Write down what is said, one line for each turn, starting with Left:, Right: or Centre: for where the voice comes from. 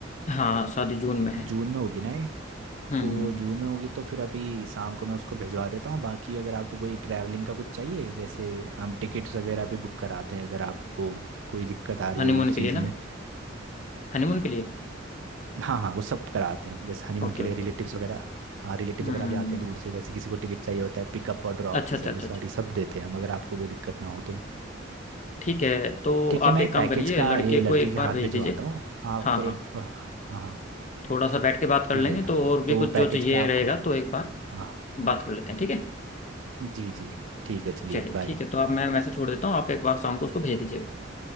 Left: हाँ शादी जून में है
Right: जून में होगी ना ये
Left: हम्म
Right: तो
Left: हम्म,
Right: जून में होगी तो फिर अभी शाम को मैं उसको भिजवा देता हूँ बाकी अगर आपको कोई ट्रैवलिंग का कुछ चाहिए जैसे हम टिकट्स वगैरह भी बुक कराते हैं अगर आपको कोई दिक्कत आ रही
Left: हनीमून
Right: हो उस
Left: के
Right: चीज़
Left: लिए ना
Right: में
Left: हनीमून के लिए
Right: हाँ हाँ वो सब कराते हैं जैसे हनीमून
Left: Okay
Right: के लिए
Left: okay
Right: रिलेटिव्स वगैरह हाँ रिलेटिव्स
Left: हम्म
Right: वगैरह भी आते हैं दूर से जैसे किसी को टिकट चाहिए होता है पिकअप और ड्रॉप
Left: अच्छा
Right: की
Left: अच्छा
Right: सर्विस
Left: अच्छा अच्छा
Right: वाली सब देते हैं हम, अगर आपको कोई दिक्कत ना हो तो।
Left: ठीक है तो
Right: ठीक है
Left: आप
Right: मैं
Left: एक काम
Right: पैकेज
Left: करिए
Right: का
Left: लड़के
Right: ये
Left: को
Right: लड़के
Left: एक
Right: के
Left: बार
Right: हाथ
Left: भेज
Right: भिजवाता
Left: दीजिए
Right: हूँ आप
Left: हाँ
Right: एक
Left: हाँ
Right: हाँ हाँ
Left: थोड़ा सा बैठ के बात कर
Right: ठीक
Left: लेंगे
Right: है
Left: तो
Right: हाँ
Left: और भी
Right: तो
Left: कुछ
Right: वो
Left: जो
Right: पैकेज
Left: चाहिए
Right: का आपको
Left: रहेगा तो एक बार
Right: हाँ
Left: बात कर लेते हैं ठीक है
Right: जी जी ठीक है चलिए
Left: चलिए
Right: बाय
Left: ठीक है तो आप मैं मैसेज छोड़ देता हूँ आप एक बार शाम को उसको भेज दीजिएगा